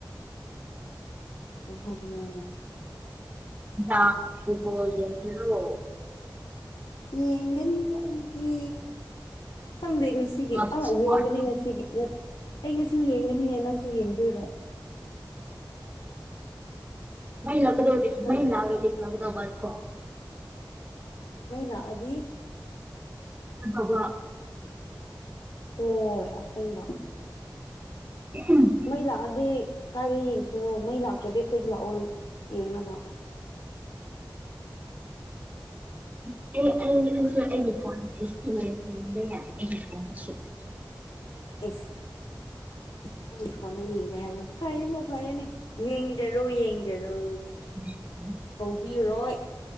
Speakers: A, on the left; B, on the right.
A: ꯀꯩ ꯍꯥꯏꯕꯅꯣ
B: ꯏ ꯍꯨꯄꯣꯖꯟꯣ
A: ꯌꯦꯡꯒꯅꯤ ꯑꯩꯗꯤ ꯈꯪꯗꯦ ꯉꯁꯤꯒꯤ
B: ꯏꯁꯄꯣꯔꯠ
A: ꯑꯥ ꯌꯦꯡꯒꯅꯤ ꯉꯁꯤꯒꯤ ꯑꯩ ꯉꯁꯤ ꯌꯦꯡꯒꯅꯤ ꯅꯪꯁꯨ ꯌꯦꯡꯗꯣꯏꯔꯣ
B: ꯃꯩꯒꯗꯣ
A: ꯅꯪꯁꯨ
B: ꯃꯩꯗꯤ ꯊꯒꯗꯣꯕꯜꯀꯣ
A: ꯃ ꯂꯥꯛꯑꯗꯤ
B: ꯍꯕ
A: ꯍꯣꯏ ꯑꯁꯦꯡꯕ
B: ꯎꯝ
A: ꯃꯩ ꯂꯥꯛꯑꯗꯤ ꯀꯥꯏꯗ ꯌꯦꯡꯁꯤꯔꯣ ꯃꯩ ꯂꯥꯛꯇ꯭ꯔꯗꯤ ꯑꯩꯈꯣꯏꯗ ꯂꯥꯛꯑꯣ ꯌꯦꯡꯅꯕ
B: ꯑꯦꯂ ꯐꯣꯟ ꯑꯦꯂꯐꯣꯟ
A: ꯑ꯭ꯌꯁ ꯅꯪꯒꯤ ꯐꯣꯟꯗꯣ ꯌꯦꯡꯒꯦ ꯍꯥꯏꯕ꯭ꯔꯣ ꯐꯔꯦꯅꯦ ꯐꯔꯦꯅꯦ ꯌꯦꯡꯖꯔꯣ ꯌꯦꯡꯖꯔꯣ
B: <inaudible>
A: ꯀꯧꯕꯤꯔꯔꯣꯏ